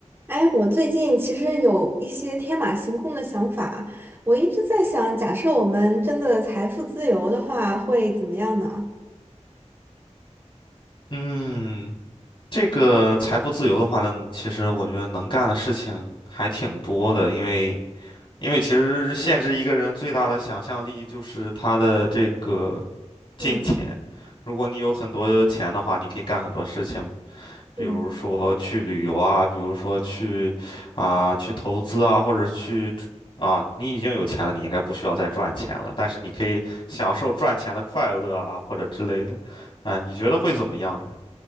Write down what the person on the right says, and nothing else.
哎，我最近其实有一些天马行空的想法，我一直在想，假设我们真的财富自由的话，会怎么样呢？
嗯
嗯